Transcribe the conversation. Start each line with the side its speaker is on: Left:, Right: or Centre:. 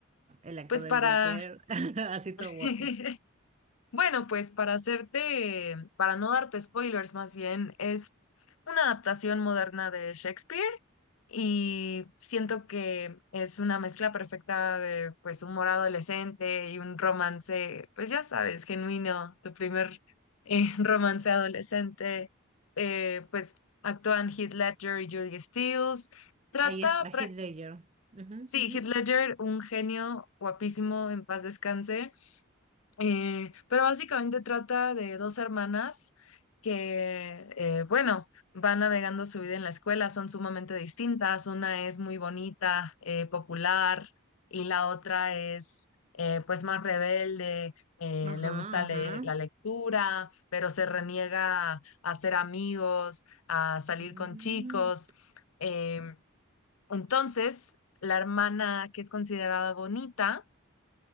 Right: el actor
Left: Pues
Right: del
Left: para,
Right: Joker, <laughs> así todo
Left: <laughs>
Right: guapo.
Left: bueno, pues para hacerte, para no darte spoilers más bien, es una adaptación moderna de Shakespeare y siento que es una mezcla perfecta de pues humor adolescente y un romance, pues ya sabes, genuino, tu primer eh, <laughs> romance adolescente, Eh, pues actúan Heath Ledger y Julia Stiles, trata,
Right: Ahí está,
Left: pra-
Right: Heath Ledger. Ujú,
Left: sí,
Right: ujú.
Left: Heath Ledger, un genio guapísimo, en paz descanse, eh, pero básicamente trata de dos hermanas que, eh, bueno, van navegando su vida en la escuela, son sumamente distintas. Una es muy bonita, eh, popular, y la otra es, eh, pues, más rebelde, eh,
Right: Ajá,
Left: le gusta le-
Right: ajá.
Left: la lectura, pero se reniega a hacer amigos, a salir
Right: Mm,
Left: con chicos. Em, entonces, la hermana que es considerada bonita,